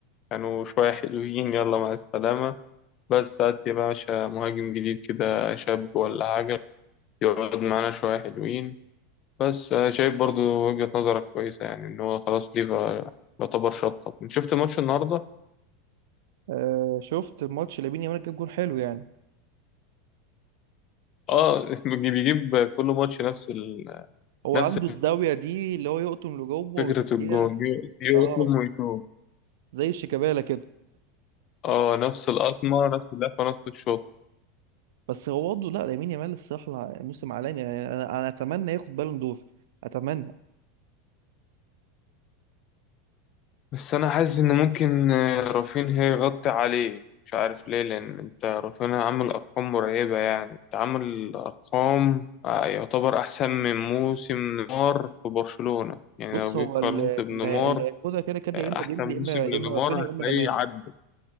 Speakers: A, on the left; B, on the right.
A: كانوا شويه حلوين يلا مع السلامه بس هات يا باشا مهاجم جديد كده شاب ولا حاجة يقعد معانا شوية حلوين بس أنا شايف برضو وجهة نظرك كويسة يعني إن هو خلاص ليفا يعتبر شطب شفت ماتش النهاردة؟
B: آه شفت الماتش لامين يامال جاب جون حلو يعني
A: اه <laughs> بيجي- بيجيب كل ماتش نفس ال...
B: هو
A: نفس
B: عنده الزاوية دي اللي هو يقطم لجوه
A: فكرة
B: ويديها
A: الجون يقطم
B: اه
A: ويشوط
B: زي شيكابالا كده
A: اه نفس القطمة نفس اللفة نفس الشوط
B: بس هو برضه لا لامين يامال الصراحه لا- موسم عالمي يعني انا انا اتمنى ياخد بالون دور اتمنى
A: بس انا حاسس ان ممكن آه، رافينها يغطي عليه مش عارف ليه لان انت رافينها عامل ارقام مرعبه يعني انت عامل ارقام آه، يعتبر احسن من موسم نيمار في برشلونه يعني
B: بص
A: لو
B: هو
A: جيت قارنت
B: ال- ال-
A: بنيمار
B: اللي هياخدها كده كده
A: آه،
B: يا اما
A: احسن
B: ديمبلي
A: موسم
B: يا اما يا اما
A: لنيمار
B: رافينيا
A: هتلاقيه
B: يا اما لامان
A: عدى